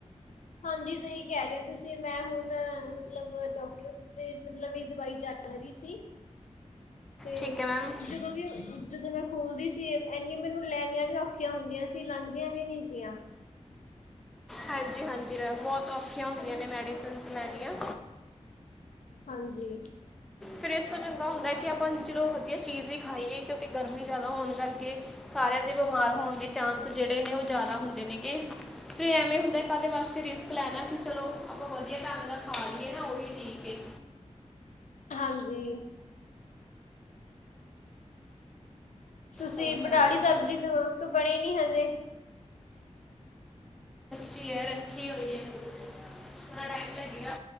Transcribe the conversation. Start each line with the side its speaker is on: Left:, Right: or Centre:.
Left: ਹਾਂਜੀ ਸਹੀ ਕਹਿ ਰਹੇ ਹੋ ਤੁਸੀਂ ਮੈਂ ਹੁਣ ਮਤਲਬ ਡਾਕਟਰ ਤੇ ਮਤਲਬ ਇਹ ਦਵਾਈ ਜਾ ਰਹੀ ਸੀ ਤੇ
Centre: ਠੀਕ ਹੈ ਮੈਮ
Left: ਜਦੋਂ ਵੀ ਜਦੋਂ ਮੈਂ ਖੂਲਦੀ ਸੀ ਇੰਨੀ ਮੈਨੂੰ ਲੈਣੀਆਂ ਵੀ ਔਖੀਆਂ ਹੁੰਦੀਆਂ ਸੀ ਲੰਘਦੀਆਂ ਵੀ ਨੀ ਸੀੀਆਂ
Centre: ਹਾਂਜੀ-ਹਾਂਜੀ ਮੈਮ ਬਹੁਤ ਔਖੀਆਂ ਹੁੰਦੀਆਂ ਨੇ ਮੈਡੀਸਨਸ ਲੈਣੀਆਂ
Left: ਹਾਂਜੀ
Centre: ਫਿਰ ਇਸ ਤੋਂ ਚੰਗਾ ਹੁੰਦਾ ਹੈ ਕਿ ਆਪਾਂ ਚਲੋ ਵਧੀਆ ਚੀਜ਼ ਹੀ ਖਾਈਏ ਕਿਉਂਕਿ ਗਰਮੀ ਜ਼ਿਆਦਾ ਹੋਣ ਕਰਕੇ ਸਾਰਿਆਂ ਦੇ ਬਿਮਾਰ ਹੋਣ ਦੇ ਚਾਂਸ ਜਿਹੜੇ ਨੇ ਉਹ ਜ਼ਿਆਦਾੁੰ ਨੇ ਫਿਰ ਐਵੇਂ ਹੁੰਦਾ ਕਦੇ ਵਾਸਤੇ ਰਿਸਕ ਲੈਣਾ ਕਿ ਚਲੋ ਆਪਾਂ ਵਧੀਆ ਤੰਗ ਨਾਲ ਖਾ ਲਈਏ ਨਾ ਉਹੀ ਠੀਕ
Left: ਹਾਂਜੀ ਤੁਸੀਂ
Centre: ਹੋਰ
Left: ਬਨੀ
Centre: ਮੈਮ ਦੱਸੋ
Left: ਸਬਜ਼ੀ ਤੋਂ ਬਣੇ ਨੀ ਹਜੇ
Centre: ਸ਼ੀਅ ਰੱਖੀ ਹੋਈ ਹੈ ਥੋੜਾ ਟਾਈਮ ਲੱਗੇਗਾ